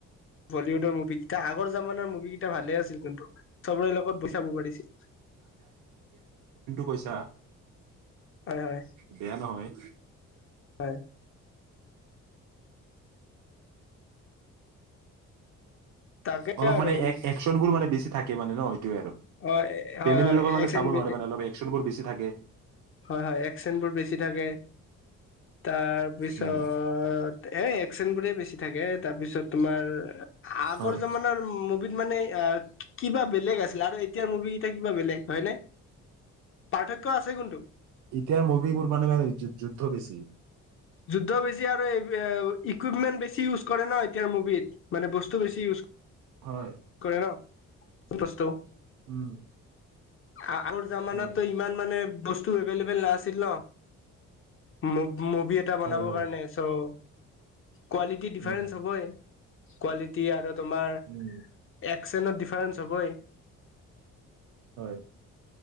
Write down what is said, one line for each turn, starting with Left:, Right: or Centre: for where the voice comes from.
Left: বলীউডৰ মুভি কেইটা আগৰ জামানাৰ মুভি কেইটা ভালে আছিল। কিন্তু চবৰে লগত বৈ চাব পাৰিছিল।
Right: পইচা
Left: হয় হয়
Right: বেয়া নহয়।
Left: হয়। তাকে
Right: অলপ
Left: আৰু
Right: মানে একশচনবোৰ মানে বেছি থাকে মানে ন সেইটোৱে আৰু
Left: হয় হয়
Right: ফেমিলিৰ লগত মানে
Left: হয়
Right: চাব নোৱাৰে মানে অলপ একচনবোৰ বেছি থাকে।
Left: হয় হয় একচেণ্টবোৰ বেছি থাকে। তাৰপিছত
Right: উম
Left: এ এক চেন বোৰে বেছি। থাকে তাৰপিছত তোমাৰ আগৰ
Right: হয়
Left: জমানাৰ মুভিত মানে। কিবা বেলেগ আছিলে আৰু এতিয়াৰ মুভি কেইটা কিবা বেলেগ হয় ন পাৰ্থক্য আছে কোনটো
Right: ইতিয়াৰ মভিবোৰ মানে যুদ্ধ বেছি।
Left: যুদ্ধ বেছি আৰু ইকুইপমেন্ট বেছি ইউজ কৰে ন এতিয়াৰ মুভিত মানে বস্তু বেছি ইউজ কৰে।
Right: হয়
Left: কৰে ন বস্তু
Right: উম।
Left: আগৰ জামানাতো
Right: উম
Left: ইমান মানে বস্তু এভেইলেবল নাছিল ন? মুভি এটা বনাবৰ
Right: হয় হয়
Left: কাৰণে চ' কোৱালিটি ডিফাৰেঞ্চ
Right: উম
Left: হ'বই ।কোৱালিটি আৰু তোমাৰ
Right: উম
Left: একচনত ফ্ৰেঞ্চ হবই।
Right: হয়।